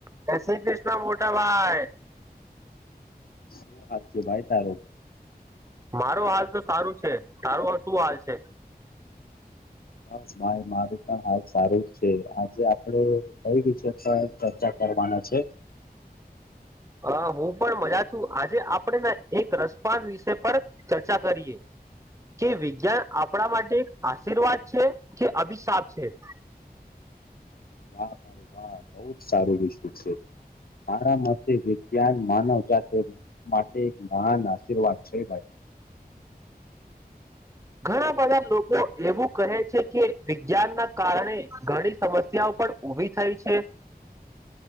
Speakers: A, on the right (about 20°); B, on the left (about 65°).
A: ક શ્રી કૃષ્ણ મોટા ભાઈ
B: શું હાલ છે ભાઈ તારો
A: મારો હાલ તો સારું છે તારું શું હાલ છે
B: બસ માય માર પણ હાલ સારું જ છે આજે આપડે કઈ વિષ પણ ચર્ચા કર છે
A: હ હું પણ મજા છું આજે આપણેે એક રસપડ વિષ પર ચર્ચા કરીએ કે વિજ્ઞાન આપણા માટે આશીર્વાદ છે કે અભિશાપ છે <inaudible>
B: વાહ ભાઈ વાહ બહુ જ સારું વિશું છે મારા મતે વિજ્ઞાન માનવ જાત માટે એક મહાન આશીર્વાદ છેાઈ
A: હ <inaudible> ઘણા બધા લોકો એવું કહે છે કે વિજ્ઞાન ના કારણે ઘણી સમસ્યાઓ પણ ઉભી થાય છે